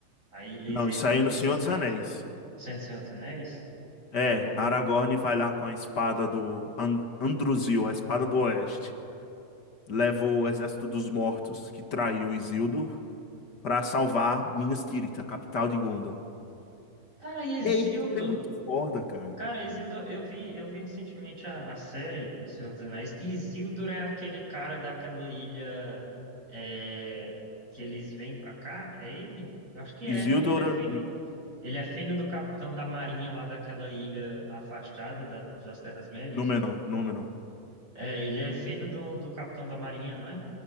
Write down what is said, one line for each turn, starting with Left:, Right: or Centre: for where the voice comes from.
Right: Aí eles
Left: Não,
Right: revivem
Left: isso aí é no Senhor
Right: esses caras.
Left: dos Anéis.
Right: Cento Senhor dos Anéis.
Left: É,
Right: É, eu.
Left: Aragorn vai lá com a espada do An- Andruzil, a espada do Oeste. Leva o exército dos mortos que traiu Isildur para salvar Minas Tirith, a capital de Gondor.
Right: Cara, Isildur!
Left: É isso que é muito foda, cara.
Right: Cara, Isildur, eu vi, eu vi recentemente a, a série do Senhor dos Anéis. Isildur é aquele cara daquela ilha é, que eles vêm pra cá? É ele? Eu acho que é,
Left: Isildur,
Right: né? Ele é filho.
Left: N-
Right: Ele é filho do capitão da marinha lá daquela ilha afastada da- das Terras-médias.
Left: Númenor, Númenor.
Right: É, ele é filho do, do capitão da marinha, não é?